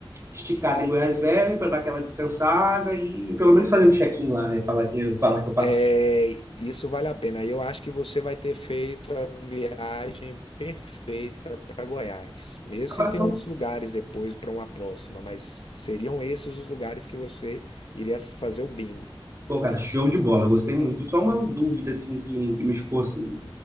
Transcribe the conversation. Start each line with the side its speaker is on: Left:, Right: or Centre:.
Right: esticada em Goiás Velho para dar aquela descansada e pelo menos fazer um check-in lá, né? Falar que, falar que eu passei.
Left: é, isso vale a pena. Eu acho que você vai ter feito a viagem perfeita para Goiás. Mesmo
Right: Agora
Left: se tem
Right: só.
Left: outros lugares depois para uma próxima, mas seriam esses os lugares que você iria fazer o bingo.
Right: Pô, cara, show de bola, gostei muito. Só uma dúvida assim que, que me ficou assim.